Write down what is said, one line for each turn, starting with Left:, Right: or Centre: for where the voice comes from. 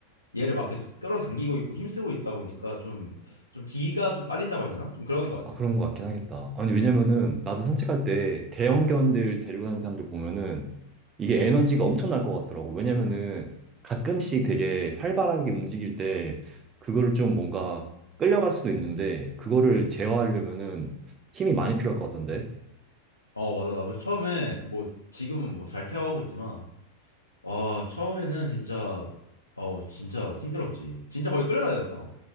Left: 얘를 막 계속 끌어당기고 있고 힘쓰고 있다 보니까 좀 좀 기가 좀 빨린다고 해야 되나? 좀 그러는 것 같아.
Right: 아, 그런 것 같긴 하겠다. 아니, 왜냐면은 나도 산책할 때 대형견들 데리고 다니는 사람들 보면은 이게 에너지가 엄청날 것 같더라고. 왜냐면은 가끔씩 되게 활발하게 움직일 때 그거를 좀 뭔가 끌려갈 수도 있는데 그거를 제어하려면은 힘이 많이 필요할 것 같던데.
Left: 어, 맞아. 나 그 처음에 뭐 지금은 뭐 잘 케어하고 있지만 와, 처음에는 진짜 어, 진짜 힘들었지. 진짜 거의 끌려다녔어.